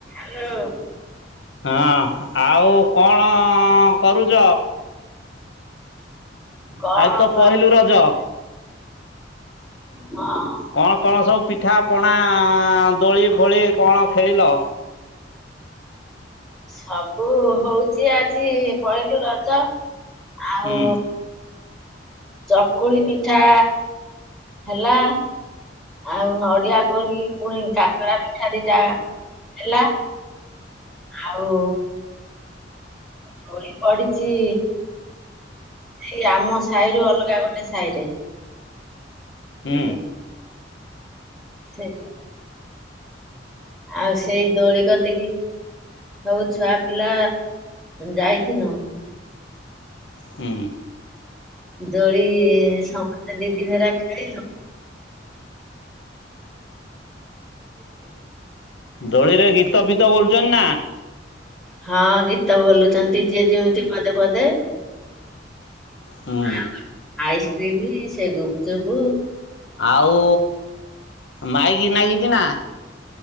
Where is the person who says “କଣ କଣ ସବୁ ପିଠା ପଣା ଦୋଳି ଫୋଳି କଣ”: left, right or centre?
Left